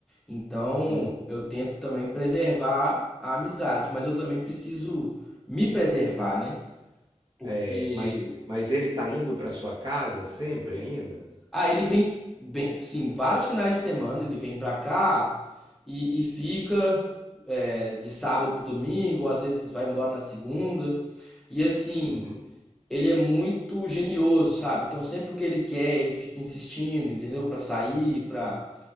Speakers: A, in the centre; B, on the right (about 35°).
A: Então,
B: Hum.
A: eu tento também preservar a amizade, mas eu também preciso me preservar, né? Porque
B: É, mas, mas ele tá indo para sua casa sempre ainda?
A: ah, ele vem bem, sim, vários finais de semana ele vem pra cá e, e fica é, de sábado para domingo, ou às vezes vai embora na segunda. E assim,
B: Uhum.
A: ele é muito genioso, sabe? Então sempre o que ele quer, ele fica insistindo, entendeu? Pra sair, pra